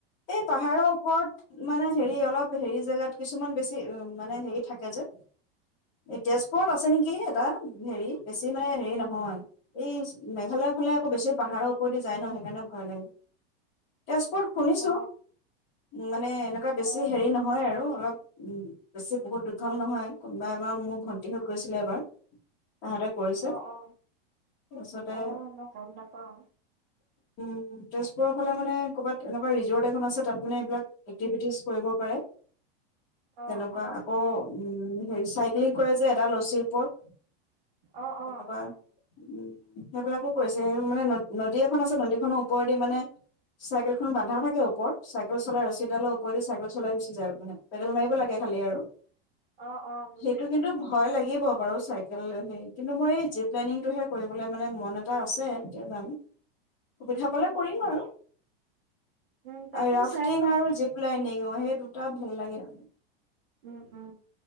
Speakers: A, on the left; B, on the right.
A: এই পাহাৰৰ ওপৰত মানে হেৰি অলপ হেৰি জেগাত কিছুমান বেছি উ মানে হেৰি থাকে যে এই তেজপুৰত আছে নেকি এটা হেৰি বেছি মানে হেৰি নহয় এই মেঘালয় ফালে আকৌ বেছি পাহাৰৰ ওপৰেদি যায় ন সেইকাৰণে ভয় লাগে তেজপুৰত শুনিছোঁ
B: অ,
A: মানে এনেকুৱা বেছি
B: অ,
A: হেৰি নহয় আৰু অলপ বেছি বহুত দীঘল নহয়, কোনোবা এবাৰ মোৰ ভণ্টিহত গৈছিলে এবাৰ তাহাতে কৰিছে
B: অ, অ,
A: ওচতে
B: অ, মই গম নাপাওঁ।
A: <unintelligible> উম, তেজপুৰৰ ফালে মানে ক'বাত এনেকুৱা ৰিজৰ্ট এখন আছে তাত মানে এইবিলাক এক্টিভিটিজ কৰিব পাৰে,
B: অ',
A: তেনেকুৱা আকৌ উম, হেৰি চাইক্লিং কৰে যে এডাল ৰচীৰ ওপৰত,
B: অ', অ',
A: তেনেকুৱা উম, সেইবিলাকো কৰিছে সেই মানে নদী এখন আছে নদীখনৰ ওপৰেদি মানে চাইকেলখন বান্ধা থাকে ওপৰত, চাইকেল চলাই ৰছীডালৰ ওপৰেদি চাইকেল চলাই গুচি যায় মানে পেডেল মাৰিব লাগে খালি আৰু।
B: অ', অ', বুজিছোঁ।
A: সেইটো কিন্তু ভয় লাগিব বাৰু চাইকেল হেই কিন্তু মোৰ এই জীপ লাইনিংটোহে কৰিবলে মানে মন এটা আছে। এতিয়া জানো সুবিধা পালে
B: উম,
A: কৰিম আৰু।
B: উম, তাকে
A: এই ৰাফটিং
B: চাই লোৱা।
A: আৰু জীপ লাইনিং। অ সেই দুটা ভাল লাগে আ।
B: উম উম,